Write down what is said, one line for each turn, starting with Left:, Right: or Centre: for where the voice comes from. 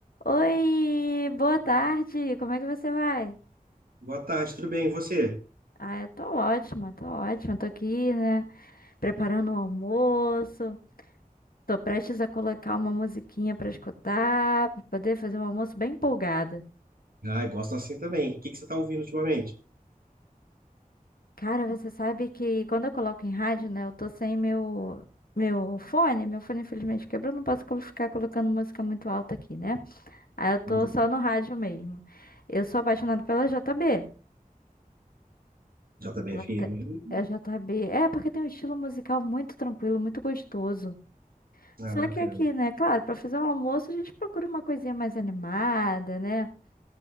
Left: Oi, boa tarde. Como é que você vai?
Right: Boa tarde, tudo bem? E você?
Left: Ah, eu tô ótima, tô ótima. Tô aqui, né, preparando o almoço. Tô prestes a colocar uma musiquinha pra escutar, pra poder fazer um almoço bem empolgada.
Right: Ah, eu gosto assim também. O que que você está ouvindo ultimamente?
Left: Cara, você sabe que quando eu coloco em rádio, né, eu tô sem meu meu fone, meu fone infelizmente quebrou, não posso colo- ficar colocando música muito alta aqui, né? Aí eu tô
Right: Entendi.
Left: só no rádio mesmo. Eu sou apaixonada pela JB.
Right: JBFM.
Left: Até-
Right: Hum,
Left: É J B É, porque tem um estilo musical muito tranquilo, muito gostoso.
Right: Ah,
Left: Só
Right: bacana.
Left: que aqui, né? Claro, para fazer o almoço a gente procura uma coisinha mais animada, né?